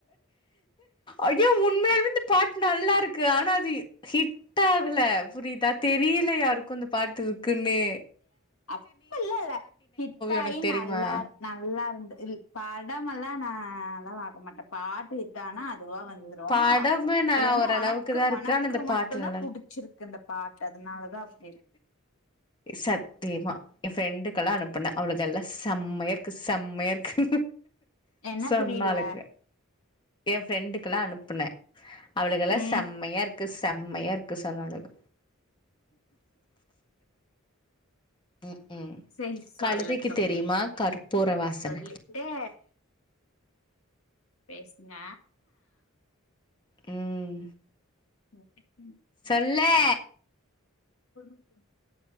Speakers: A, on the left; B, on the left.
A: ஐயோ உண்மையாலுமே இந்த பாட்டு நல்லா இருக் ஆனா அது ஹிட் ஆகுல புரியுதா தெரி ல யாருக்கு இந்த பாட்டு இருக்குன்னே
B: அப்பில்ல இல்ல ஹிட்
A: உனக்கு
B: ஆயி
A: தெரியுமா
B: நல்லா நல்லா இருந்து இது படமெல்லா நா அவ்ளா பாக்க மாட்டே பாட்டு ஹிட்டானா பொதுவா வந்துரு
A: படமு நா
B: இது வந்து
A: ஓரளவுக்கு
B: ஒனக்கு
A: தா இருக்கு
B: ஒனக்கு
A: ஆனா இந்த
B: மட்டுதா
A: பாட்டு நல்லா
B: புடிச்சிருக் க்கு இந்த பாட்டு அதனாலதா அது
A: சத்தியமா எயா ஃப்ரெண்டுக்கெல்லா அனுப்புனே அவளுக்கல்லா செம்மையா இருக்கு செம்மையா இருக்கு
B: என்ன
A: சொன்னாளுங்க
B: புரில
A: எயா ஃரெண்டுக்கல்லா அனுப்புனே அவளுகல்லா
B: ம்
A: செம்மையா இருக்கு செம்மையா இருக்கு சொன்னாளுக ம் ம்
B: சேரி சொல்லட்டு
A: கழுதைக்கு தெரியுமா கற்பூர வாசன
B: சொல்லிட்டே பேசுங்க
A: ம்
B: ம்
A: சொல்லே
B: சொல்லுங்க